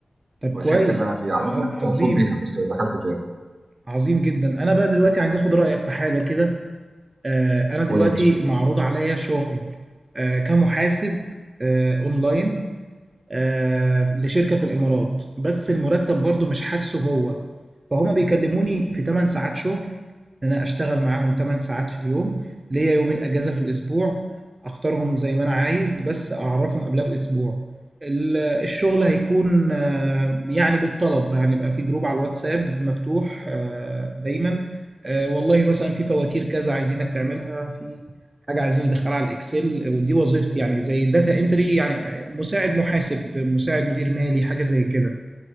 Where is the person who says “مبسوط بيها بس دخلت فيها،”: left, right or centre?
Right